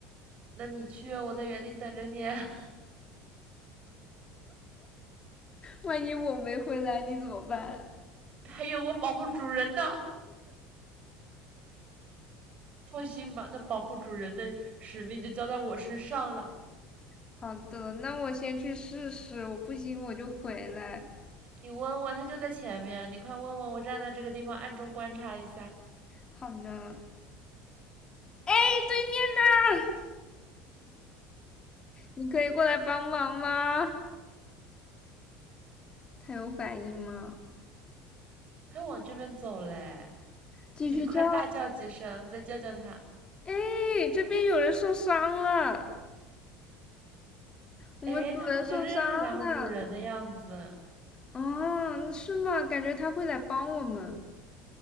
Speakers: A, on the right (about 45°); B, on the left (about 30°).
A: 那你去，我在原地等着你啊。
B: 万一我没回来，你怎么办？
A: <laughs> 还有我保护主人呢。放心吧，那保护主人的使命就交在我身上了。
B: 好的，那我先去试试，我不行我就回来。
A: 你问问，他就在前面，你快问问，我站在这个地方暗中观察一下。
B: 好呢。哎，对面呢？你可以过来帮忙吗？他有反应吗？
A: 他往这边走嘞，
B: 继续叫。
A: 你快大叫几声，再叫叫它。
B: 哎，这边有人受伤了，我们主人受伤
A: 哎，它好像认识咱们主人的样子，
B: 了。哦，是吗？感觉他会来帮我们。